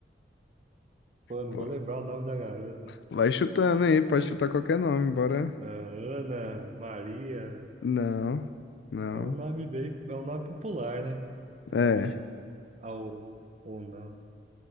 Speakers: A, on the right; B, on the left.
A: Pô, não
B: Pô,
A: vou lembrar o nome da garota.
B: Vai chutando aí, pode chutar qualquer nome, bora.
A: Ah, Ana, Maria,
B: Não, não.
A: é um nome bem, é um nome popular, né? Eu
B: É.
A: acho. Ao, ou não.